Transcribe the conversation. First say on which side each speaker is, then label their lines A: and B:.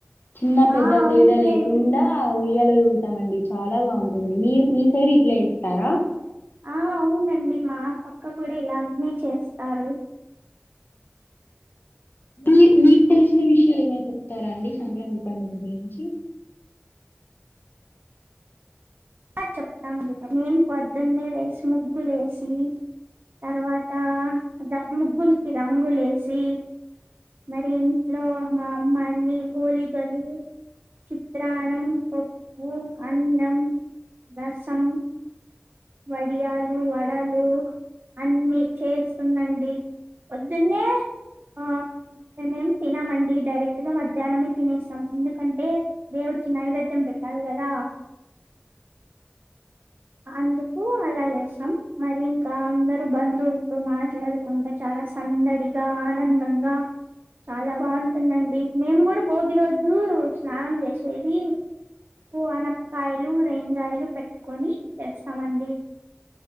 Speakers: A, on the left (about 55°); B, on the right (about 55°).
A: చిన్న పెద్ద
B: ఆ అవునులేండి
A: తేడా లేకుండా ఊయ్యల ఉగుతామండి చాలా బాగుంటుంది మీ మీ సైడ్ ఇట్లా ఇస్తారా
B: ఆ అవునండి మా పక్క కూడా ఇలా అగ్నే చేస్తారు
A: మీ మీకు తెలిసిన విషయాలు ఏమైనా చెప్తారా అండి సంక్రాంతి పండుగ గురించి
B: చెప్తా మండి మేం పొద్దున్న లేసు ముగ్గు లేసి ఉమ్ తర్వాత తా జ ముగ్గు కి రంగులేసి మరి ఇంట్లో మా మీళ్ళి కోలీగలు చిత్రాణం ఓ అన్నం రసం వడియాలు వడలు అన్ని చేస్ వస్తుందండి తిన్ లే ఆ మేమేం తినమండి డైరెక్ట్ గా మధ్యాహ్నమే తినేస్తాం ఎందుకంటే దేవుడికి నైవేద్యం పెట్టాలి కదా అందు క్కు అలా చేస్తాం మరి ఇంకా అందరు బంధువులతో మాట్లాడుకుంటా చాలా సందడిగా ఆనందంగా చాలా బాగు ఉందండి మేము కూడా భోగి రోజు స్నానం చేసేది ఓ అనపకాయలు రెకాయలు పెట్టుకొని చేస్త చమండి